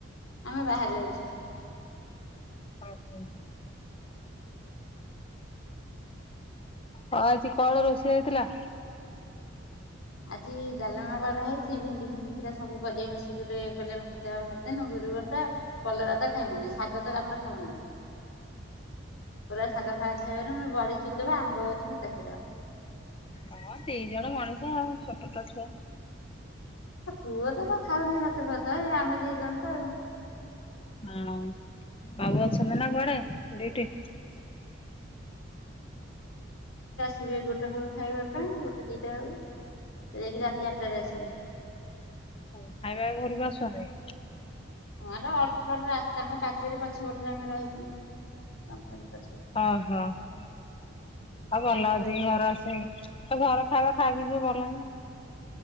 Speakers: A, on the left; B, on the left.
A: ଆମେ ବାହାରେ ଅଛୁ।
B: ଓ ହୋ। ହଁ ଆଜି କଣ ରୋଷେଇ ହେଇଥିଲା?
A: ଆଜି ଡାଲମା କରା ହେଇଛି ଭେଣ୍ଡି ଫେଣ୍ଡି ଥିଲା ସବୁ ପରିବା ମିଶିକି ଗୋଟେ କଲେ ଭାଦେବା ଭାଜିଦେନୁ <unintelligible> କଲରା ଖାଇମୁନି ଶାଗ ତ ଆମର ଖାଉନା ପୁରା ଶାାଗ ଫାାଗ ଖାଇବେ ମାନେ ବଡ଼ି <unintelligible> ବା ଆମ୍ବ ଅଛି <unintelligible> ଖାଇଦବା।
B: ହଁ ଦି ଜଣ ମଣିଷ ଛୋଟ ତ ଛୁଆ
A: ପୁଅ ତ ତ ଖାଉନି ଭାତ ଫାତ ଏଇ ଆମେ ଦିଇ ଜଣ ତ ଆଉ
B: ଆଉ ବାବୁ ଅଛନ୍ତି ନା କୁଆଡେ ଡ୍ୟୁଟି?
A: ଯିବେ ଗୋଟାଳ କୁ ଖାଇବା ପାଇଁ ଗୋଟେ ଦିଟା ବେଳ କୁ ଯାଇକି ରାତି ଆଠଟା ରେ ଆସିବେ।
B: ଓ ଖାଇବା ଘରକୁ ଆସୁଛନ୍ତି?
A: ହଁ ର ଅଳ୍ପତ ରାସ୍ତା ତାଙ୍କ ପାଚେରୀ ପଛପଟରେ ଆମେ ରହିଛୁ କମ୍ପାନୀ ପଛପଟେ।
B: ଓହୋ ଆଉ
A: ଖାଇବାକୁ
B: ଭଲ
A: ପଳେଇ
B: ଅଛି
A: ଆସିବ
B: ଘର ଆସେ ତ ଘର ଖାଇବା ଖାଇକି ଝିଅ ବାହାରିଲା ନା